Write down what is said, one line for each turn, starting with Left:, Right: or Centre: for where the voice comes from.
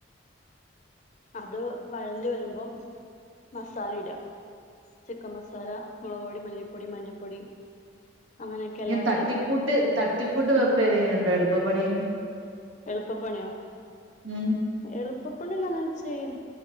Left: അത് വാഴണ്ട് വരുമ്പോ മസാല ഇടുക ചിക്കൻ മസാല മുളക് പൊടി മല്ലിപ്പൊടി മഞ്ഞപ്പൊടി അങ്ങനെയൊക്കെ
Right: ഇങ്ങനെ
Left: എല്ലാം ഇട്ട്
Right: തട്ടിക്കൂട്ട് തട്ടിക്കൂട്ട് വെപ്പ് ഏതെങ്കിലും ഉണ്ടോ എളുപ്പപ്പണി
Left: എളുപ്പപ്പണിയോ
Right: ഉം
Left: എളുപ്പപ്പണി ഒന്ന് അങ്ങനെ ചെയ്യല